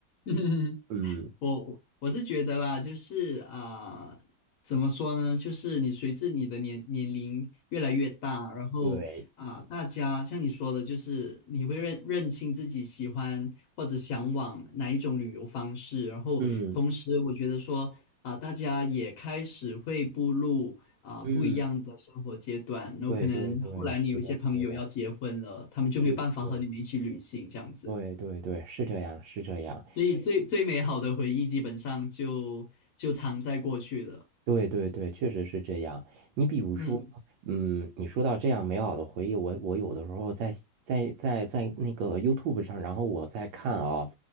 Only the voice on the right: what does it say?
嗯，
对，
嗯
嗯，
对对对，是的，是的。
是是对对对，是这样，是这样，
对对对，确实是这样。你比如说，
嗯，你说到这样美好的回忆，我我有的时候在在在在那个 YouTube 上，然后我在看啊、